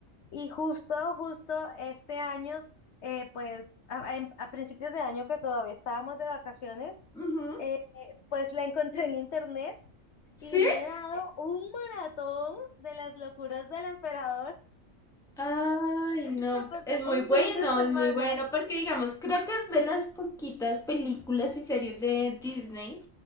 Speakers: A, on the left; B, in the centre.
A: Y justo, justo este año, eh, pues a, a- en- a principios de año que todavía estábamos de vacaciones,
B: Ujú.
A: eh, pues la encontré en internet
B: Sí,
A: y me he dado un maratón de las locuras del emperador.
B: Ay,
A: <laughs>
B: no,
A: Me pasé
B: es
A: un
B: muy bueno,
A: fin de semana.
B: es muy bueno, porque digamos, creo que es de las poquitas películas y series de Disney